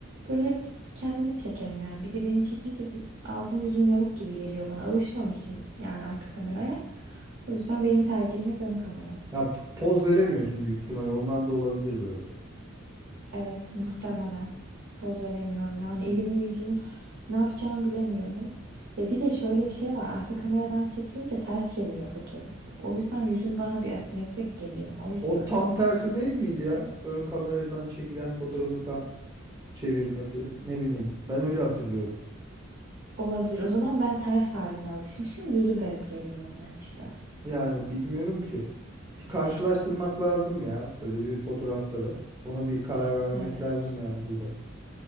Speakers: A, on the right; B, on the right.
A: böyle hep kendimi çekerim yani. Biri beni çekince bir ağzım yüzüm yamuk gibi geliyor bana. Alışmamışım yani arka kameraya. O yüzden benim tercihim hep ön kamera.
B: ya poz veremiyorsun büyük ihtimalle. Ondan da olabilir belki.
A: Evet muhtemelen poz veremiyorum yani elimi yüzümü ne yapacağımı bilemiyorum. Ya bir de şöyle bir şey var arka kameradan çekilince ters çeviriyor fotoğrafı. O yüzden yüzüm bana bir asimetrik geliyor o yüzden.
B: O tam tersi değil miydi ya? Ön kameradan çekilen fotoğrafı tam çevirmesi. Ne bileyim. Ben öyle hatırlıyorum.
A: Olabilir o zaman ben ters haline alışmışım düzü garip geliyor bana işte.
B: Yani bilmiyorum ki. Bir karşılaştırmak lazım ya böyle bir fotoğrafları. Ona bir karar vermek
A: Evet.
B: lazım yani burada.